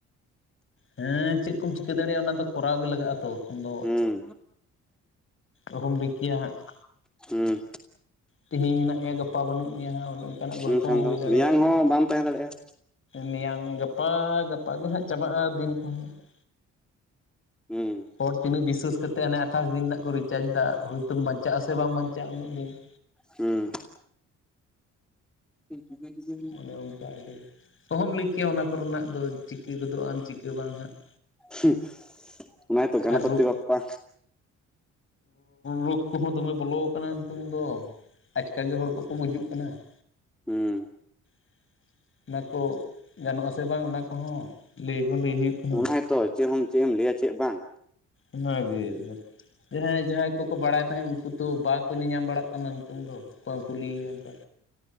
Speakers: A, on the left; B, in the centre.
A: ᱦᱮᱸ ᱪᱮᱫ ᱠᱚᱢ ᱪᱤᱠᱟᱹ ᱫᱟᱲᱮᱭᱟᱜ-ᱟ ᱚᱱᱟ ᱫᱚ ᱠᱚᱨᱟᱣ ᱜᱮ ᱞᱟᱜᱟᱜ-ᱟ ᱛᱚ ᱮᱠᱷᱚᱱ ᱫᱚ
B: ᱦᱩᱸ
A: ᱚᱦᱚᱢ ᱞᱟᱹᱭ ᱠᱮᱭᱟ ᱦᱟᱸᱜ ᱾
B: ᱦᱩᱸ ᱾
A: ᱛᱮᱦᱮᱧ ᱢᱮᱱᱟᱜ ᱢᱮᱭᱟ ᱜᱟᱯᱟ ᱵᱟᱹᱱᱩᱜ ᱢᱮᱭᱟ ᱦᱟᱸᱜ ᱚᱱᱮ ᱚᱱᱠᱟᱱᱟᱜ ᱜᱚᱞᱯᱷᱚ
B: ᱢᱮᱱᱠᱷᱟᱱ
A: ᱦᱚᱸ ᱦᱩᱭ
B: ᱫᱚ
A: ᱫᱟ
B: ᱢᱮᱭᱟᱝ ᱦᱚᱸ ᱵᱟᱢ ᱛᱟᱦᱮᱸ ᱫᱟᱲᱮᱭᱟᱜ-ᱟ ᱾
A: ᱢᱮᱭᱟᱝ ᱜᱟᱯᱟ ᱜᱟᱯᱟ ᱜᱮ ᱦᱟᱸᱜ ᱪᱟᱵᱟᱜ-ᱟ ᱫᱤᱱ ᱠᱚᱦᱚᱸ ᱾ <inaudible>
B: ᱦᱮᱸ ᱾
A: ᱦᱚᱲ ᱛᱤᱱᱟᱹᱜ ᱵᱤᱥᱥᱟᱹᱥ ᱠᱟᱛᱮ ᱦᱟᱱᱮ ᱟᱴᱷᱟᱥ ᱫᱤᱱ ᱨᱮᱱᱟᱜ ᱠᱚ ᱨᱤᱪᱟᱨᱡᱽ ᱮᱫᱟ ᱦᱳᱭ ᱛᱳ ᱵᱟᱧᱪᱟᱜ ᱟᱢ ᱥᱮ ᱵᱟᱢ ᱵᱟᱧᱪᱟᱜ-ᱟ ᱩᱱᱟᱹᱜ ᱫᱤᱱ ᱾
B: ᱦᱩᱸ ᱾ <inaudible> <unintelligible>
A: ᱚᱱᱮ ᱚᱱᱠᱟ ᱟᱨᱠᱤ ᱚᱦᱚᱢ ᱞᱟᱹᱭ ᱠᱮᱭᱟ ᱚᱱᱟ ᱠᱚᱨᱮᱱᱟᱜ ᱫᱚ ᱪᱤᱠᱟᱹ ᱜᱚᱫᱚᱜ ᱟᱢ ᱪᱤᱠᱟᱹ ᱵᱟᱝ ᱦᱟᱸᱜ ᱾
B: ᱦᱩᱸ <inaudible> ᱚᱱᱟ ᱜᱮ ᱛᱚ ᱜᱚᱱᱚᱯᱚᱛᱤ
A: ᱟᱨ ᱨᱳᱜᱽ
B: ᱵᱟᱯᱯᱟ
A: ᱨᱳᱜᱽ ᱠᱚᱦᱚᱸ ᱫᱚᱢᱮ ᱵᱚᱞᱚ ᱟᱠᱟᱱᱟ ᱱᱤᱛᱚᱝ ᱫᱚ ᱾ ᱟᱪᱠᱠᱟ ᱜᱮ ᱦᱚᱲ ᱠᱚᱠᱚ ᱜᱩᱡᱩᱜ ᱠᱟᱱᱟ ᱾
B: ᱦᱮᱸ ᱾
A: <inaudible> ᱚᱱᱟ ᱠᱚ ᱜᱟᱱᱚᱜ ᱟᱥᱮ ᱵᱟᱝ ᱚᱱᱟ ᱠᱚᱦᱚᱸ ᱞᱟᱹᱭ ᱦᱚ ᱞᱟᱹᱭ ᱦᱩᱭᱩᱜ ᱠᱟᱱᱟ ᱾
B: ᱦᱮᱸᱛᱚ ᱡᱮᱢᱚᱱ ᱪᱮᱫ ᱮᱢ ᱞᱟᱹᱭᱟ ᱪᱮᱫ ᱵᱟᱝ᱾
A: ᱚᱱᱟᱜᱮ ᱡᱟᱦᱟᱸᱭ ᱡᱟᱦᱟᱸᱭ ᱠᱚᱠᱚ ᱵᱟᱲᱟᱭ ᱛᱟᱦᱮᱸᱫ ᱩᱱᱠᱩ ᱛᱚ ᱵᱟᱠᱚ ᱧᱮᱧᱟᱢ ᱵᱟᱲᱟᱜ ᱠᱟᱱᱟ᱾ ᱠᱟᱱᱟ ᱱᱤᱛᱚᱝ ᱫᱚ ᱚᱠᱚᱭᱮᱢ ᱠᱩᱞᱤᱹᱭᱮᱭᱟ ᱚᱱᱠᱟᱹ